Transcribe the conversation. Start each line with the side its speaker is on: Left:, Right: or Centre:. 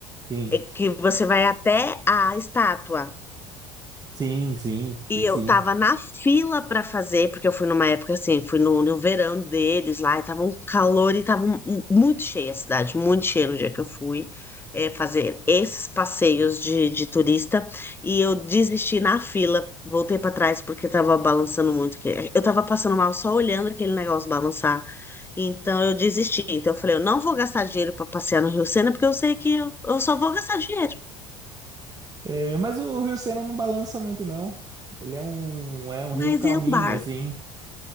Right: sim,
Left: É que você vai até a estátua.
Right: sim, sim,
Left: E
Right: e sim.
Left: eu tava na fila pra fazer, porque eu fui numa época assim, fui no, no verão deles lá, e tava um calor e tava um- um- muito cheia a cidade, muito cheia no dia que eu fui eh, fazer esses passeios de, de turista. E eu desisti na fila, voltei pra trás porque tava balançando muito. que- Eu tava passando mal só olhando aquele negócio balançar. Então eu desisti. Então eu falei, eu não vou gastar dinheiro pra passear no Rio Sena, porque eu sei que eu, eu só vou gastar dinheiro.
Right: É, mas o o Rio Sena não balança muito, não. Ele é um, é um rio
Left: Mas
Right: calminho,
Left: é um barco.
Right: assim.